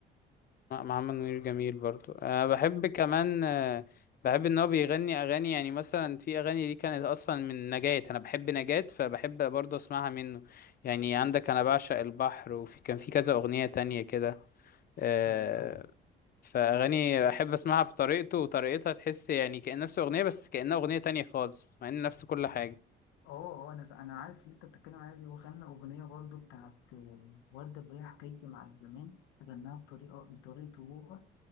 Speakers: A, on the left (about 50°); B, on the left (about 85°).
A: لا، محمد منير جميل برضو أه بحب كمان آه، بحب ان هو بيغني اغاني يعني مثلا في اغاني دي كانت اصلا من نجاة انا بحب نجاة فبحب برضو اسمعها منه يعني عندك انا بعشق البحر وفي كان في كذا اغنية تانية كده آه،
B: آه، هو
A: فاغاني احب اسمعها بطريقته وطريقتها تحس يعني كأن نفس اغنيه بس كأنها اغنيه تانية خالص مع ان نفس كل حاجه
B: اه اه انا ف- انا عارف اللي انت بتتكلم عليها دي وغنى اغنيه برضو بتاعت آه، ورده اللي هي حكايتي مع الزمان غناها بطريقه بطريقته هو